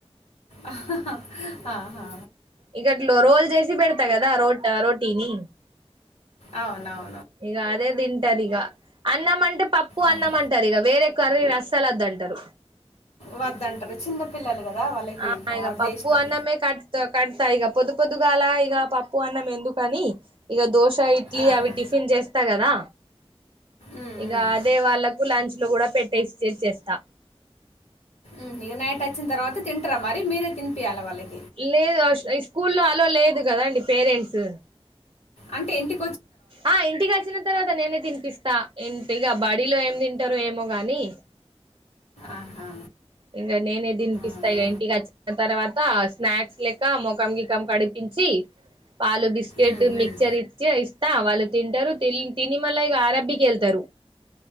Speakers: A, on the left; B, on the right.
A: ఆహా హా ఆ హా
B: ఇకట్లో రోల్ చేసి పెడతా కదా రోట్ రోటీని
A: అవునవును
B: ఇక అదే తింటారు ఇక అన్నం అంటే పప్పు
A: ఆహా.
B: అన్నం అంటారు ఇక వేరే కర్రీ అస్ లోదంటారు
A: వద్దంటారు చిన్నపిల్లలు కదా వాళ్ళకి
B: ఆ
A: ఇంకా
B: ఇగా
A: అదే
B: పప్పు
A: ఇష్టం
B: అన్నమే కట్తా కట్తా ఇక పొదు పొదుగా గలా పప్పు అన్నం ఎందుకని ఇక దోస ఇడ్లీ
A: ఆహా
B: అవి టిఫ త కదా
A: ఉమ్,
B: ఇగ
A: ఉమ్.
B: అదే వాళ్ళకు లంచ్ లో కూడా పెట్టేసి చెర్ చేేస్తా
A: ఉమ్ ఇగ నైట్ వచ్చిన తర్వాత తింటారా మరి మీరే తినిపియాల వాళ్ళకి
B: లేదు ఆ ష్ స్కూల్లో అలో లేదు కదా అండి పేరెంట్స్
A: అంటే ఎంటి
B: ఆ ఇంటికి వచ్చిన తర్వాత నేనే తినిపిస్తా ఇంటిగా బడీలో ఏం తింటారో ఏమో గాని
A: ఆహా
B: ఇంకా నేనే తినిపిస్తా
A: అవునా
B: ఇగ ఇంటికి వచ్చిన తర్వాత స్నాక్స్ లెక్క ముఖం గికం కడి నిపించి పాలు బిస్కెట్
A: ఉమ్, ఉమ్.
B: మిక్చర్ ఇచ్చి ఇస్ త వాళ్ళు తింటారు తిల్ తిని మళ్ళా ఇగా అరబ్బీకి వెళ్తారు